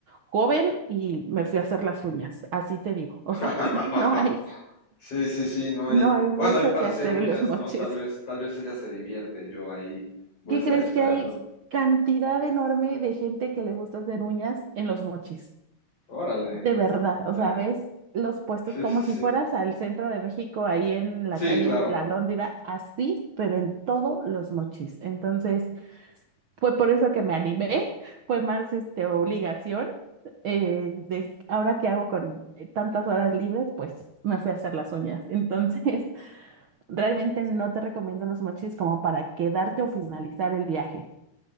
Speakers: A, on the right (about 65°); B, on the left (about 50°).
A: joven y me fui a hacer las uñas, así te digo, o
B: <laughs>
A: sea, <laughs> no hay.
B: Sí, sí, sí, no hay.
A: No hay mucho
B: Bueno, hay para
A: que
B: hacer
A: hacer
B: uñas,
A: en los mochis.
B: ¿no? Tal vez, tal vez ella se divierte, yo ahí voy
A: ¿Qué
B: a estar
A: crees
B: esperando.
A: que hay cantidad enorme de gente que le gusta hacer uñas en los mochis?
B: Órale.
A: De verdad,
B: ta-
A: o sea, ves los puestos
B: Sí,
A: como
B: sí, sí.
A: si fueras al centro de México, ahí en la
B: Sí,
A: calle
B: claro.
A: de la Lóndida, así, pero en todos los mochis. Entonces, fue por eso que me animé, fue más este, obligación. eh, de ahora que hago con tantas horas libres, pues me fui a hacer las uñas. Entonces, <laughs> Realmente no te recomiendo los mochis como para quedarte o finalizar el viaje.